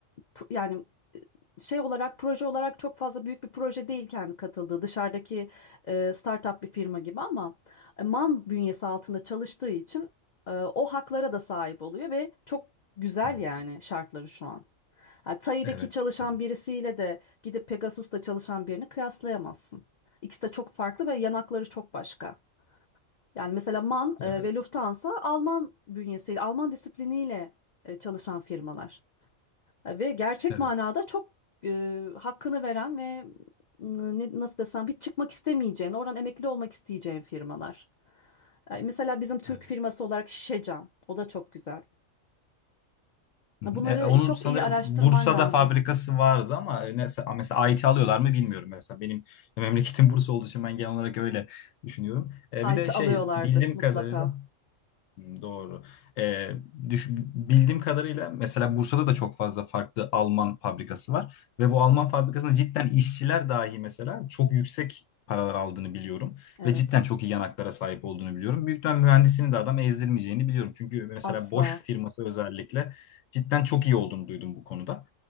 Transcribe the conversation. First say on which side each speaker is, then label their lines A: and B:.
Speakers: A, on the left; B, on the left.
A: p- yani şey olarak proje olarak çok fazla büyük bir proje değil kendi katıldığı dışarıdaki e, startup bir firma gibi ama e, MAN bünyesi altında çalıştığı için e, o haklara da sahip oluyor ve çok güzel
B: Hmm.
A: yani şartları şu an. Ha, Tai'deki
B: Evet,
A: çalışan
B: evet,
A: birisiyle de gidip Pegasus'ta çalışan birini kıyaslayamazsın. İkisi de çok farklı ve yanakları çok başka. Yani mesela MAN e,
B: evet,
A: ve Lufthansa Alman bünyesiyle, Alman disipliniyle e, çalışan firmalar. Ve gerçek
B: evet.
A: manada çok e, hakkını veren ve e, ne, nasıl desem hiç çıkmak istemeyeceğin, oradan emekli olmak isteyeceğin firmalar. E, Mesela bizim Türk
B: evet.
A: firması olarak Şişecam. O da çok güzel.
B: Hı
A: Bunları
B: hı. E, onun
A: çok
B: sanırım
A: iyi araştırman
B: Bursa'da
A: lazım.
B: fabrikası vardı ama e, neyse, a, mesela IT alıyorlar mı bilmiyorum mesela. Benim memleketim Bursa olduğu için ben genel olarak öyle düşünüyorum. E, bir
A: IT
B: de şey
A: alıyorlardır
B: bildiğim
A: mutlaka.
B: kadarıyla Hmm, Doğru. Ee, düş, bildiğim kadarıyla mesela Bursa'da da çok fazla farklı Alman fabrikası var ve bu Alman fabrikasında cidden işçiler dahi mesela çok yüksek paralar aldığını biliyorum
A: Evet.
B: ve cidden çok iyi yanaklara sahip olduğunu biliyorum. Büyük ihtimal mühendisini de adam ezdirmeyeceğini biliyorum. Çünkü mesela
A: Asla.
B: Bosch firması özellikle cidden çok iyi olduğunu duydum bu konuda.